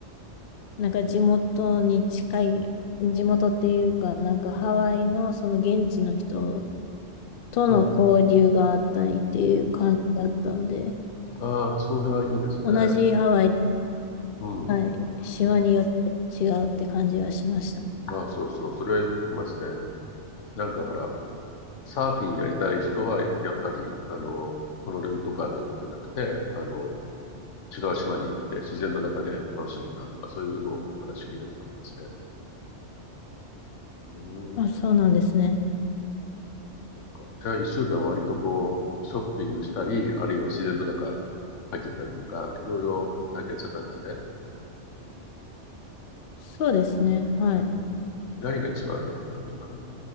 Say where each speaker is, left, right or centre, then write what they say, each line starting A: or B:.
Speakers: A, on the left (about 60°); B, on the left (about 75°).
A: なんか地元に近い、地元っていうか、なんかハワイのその現地の人との交流があったりっていう感じだったんで、
B: うん。ああ、それはいいですね。
A: 同じハワイで、
B: うん。
A: はい、島によって違うって感じはしましたね。
B: ああ、そうそう。それはよく聞きますね。なんかほら、サーフィンやりたい人は、やっぱり、あの、ホノルルとかあるところじゃなくて、あの、違う島に行って自然の中で楽しむんだとか、そういうのをお話聞いたことありますね。う
A: あ、
B: ん。
A: そうなんですね。
B: そっか。じゃあ、一週間割とこう、ショッピングしたり、あるいは自然の中入ってたりとか、いろいろ体験しちゃったんですね。
A: そうですね。はい。
B: うん。何が一番やっぱり今の、